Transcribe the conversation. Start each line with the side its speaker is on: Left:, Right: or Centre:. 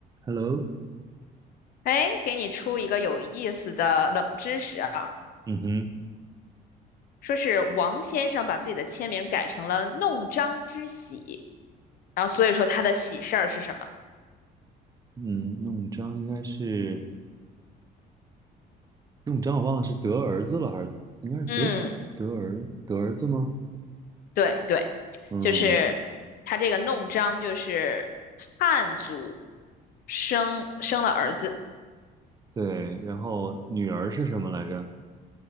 Right: Hello，
Left: 哎，给你出一个有意思的冷知识啊，
Right: 嗯哼，
Left: 说是王先生把自己的签名改成了“弄璋之喜”，然后所以说他的喜事儿是什么？
Right: 嗯，弄璋应该是弄璋，我忘了是得儿子了还是应该是得得儿得儿子吗？
Left: 嗯，对对，
Right: 嗯，
Left: 就是他这个弄璋就是汉族生生了儿子，
Right: 对，然后女儿是什么来着？